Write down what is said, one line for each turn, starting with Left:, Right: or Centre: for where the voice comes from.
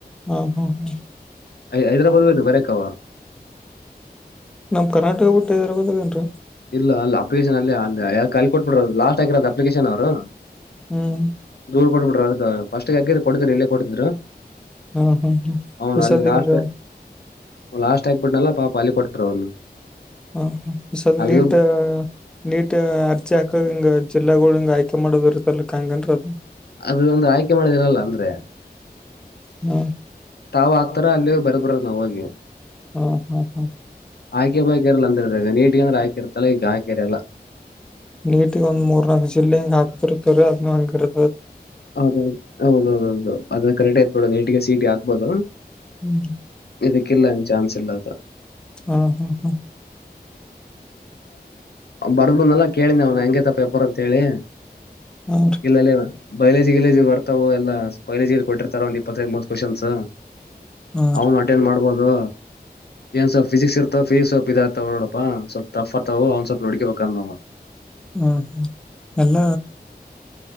Centre: ಹಾ ಹಾ ಹಾ
Left: ಹೈದರಾಬ್ ವ ಇ ಬರೆೇಕವ
Centre: ನಮ್ ಕರ್ನಾಟಕ ಬ ಬಿಟ್ಟ ಇದರ ಬದ ೇನ್ರಿ
Left: ಇಲ್ಲ ಅಲ್ಲ ಅಪ್ಲಿಕೇಶನ್ ಅಲ್ಲಿ ಅ ಕ ಕೊಟ್ಬಿಡ್ರ ಲಸ್ಟ್ ಆಗಿರದು ಅಪ್ಲಿಕೇಶನ್ ಅವರು
Centre: ಹ್ಮ್
Left: ದೂರ್ ಕೋಟ ಬಿಟ್ಟರೆ ಅದುಕ್ಕ ಫಸ್ಟ್ಗೆ ಹಗರ ಕೊಡಿದರು ಇಲ್ಲೇ ಕೊಡಿದ್ರು
Centre: ಹಾ ಹಾ ಹಾ
Left: ಅವನು
Centre: ಈಸದ
Left: ಅಲ್ಲಿ
Centre: ಹಿಂಗ
Left: ಲಾಸ್ಟ್ ಲಾಸ್ಟ್ ಆಗ್ಬಿಡ್ನಲ್ಲ ಪಾಪ ಅಲ್ಲಿ ಕೊಟ್ಟ್ರ ಅವ್ನು
Centre: ಹಾ ಸರ್
Left: ಅಲ್ಲಿಗೂ
Centre: ನೀಟ್ ನೀಟ್ ಅರ್ಜಿ ಹಾಕ ಹಿಂಗ ಜಿಲ್ಲಾಗಳ ಹಿಂಗ ಆಯ್ಕೆ ಮಾಡೋದ ಇರುತ್ತಲ್ ಕಂಗನ್ ಅದು
Left: ಅದು ಒಂದು್ರ ಆಯ್ಕೆ ಮಾಡೋದನಲ್ಲ ಅಂದ್ರೆ
Centre: ಹ್ಮ
Left: ತಾವು ಆಾಗ್ತಾರ ಅಲ್ಲಿ ಬರ್ಬರದು ನಾವ ಹೋಗಿ
Centre: ಹ್ಮ ಹಾ ಹಾ
Left: ಆಯಕೆ ಬಾಯಕ ಎಲ್ಲ ಅಂದಿದಾಗ ನೀಟ್ಿಗೆ ಅಂದ್ರೆ ಆಕೆ ಇತಲ್ಲ ಈಗ ಆಾಕೆರೆಲ್ಲ
Centre: ನೀಟಗ ಒಂದ್ ಮೂರ್ ನಾಲ್ಕ್ ಜಿಲ್ಲೆ ಹೆಂಗ ಹಾಕತಿರ್ತವರಿೀ ಅದ್ ಹಂಗಿರ್ತದ
Left: ಹದ ಹೌದೌೌದು ಅದನ್ನ ಕರೆಕ್ಟ್ ಆಯತ್ಬಡದು ನೇಟಿಗೆ ಸೀಟಿ ಹಾಕ್ಬೋದು
Centre: ಹ್ಮ್
Left: ಇದಕ್ಕಿಲ್ಲಂಗ ಚಾನ್ಸ್ ಇಲ್ಲ ಅದು
Centre: ಹ್ಮ ಹ್ಮ ಹ್ಮ
Left: ಅ ಬರ್ದ್ ಬಂದಲ್ಲ ಕೇಳಿ ಅವ್ನ ಹೆಂಗಗೆ ತಪ್ಪ ಎಪರ್ ಅಂತ ಹೇಳಿ
Centre: ಹ
Left: ಇಲ್ಲಲ್ಲಿ ಬೈಲೇಜಿ ಗಿೇಜಿ ಬರ್ತವು ಎಲ್ಲಾ ಬೈಲಜಿಲ್ಲಿ ಕೊಟ್ಟಿರ್ತಾರ ಒಂದು ಇಪ್ಪತ್ತೈ ಮೂತ್ ಕ್ವಶನ್ಸ್ ಹ
Centre: ಹಾ
Left: ಅವನು ಅಟೆಂಡ್ ಮಾಡ್ಬೋದು ಏನ್ ಸ್ವಲ್ಪ್ ಫಿಸಿಿಕ್ಸ್ ಇರ್ತಾವ ಫಿ ಸ್ವಲ್ಪ್ ಇದ ಆತವ ನೋಡಪ ಸ್ವಲ್ಪ ತಪ್ಪತ ಅವ್ ಸ್ಲ್ಪ್ ನೋಡಕಬೇಕಾಂದಾವ
Centre: ಹ್ಮ್ ಹ್ಮ ಎಲ್ಲ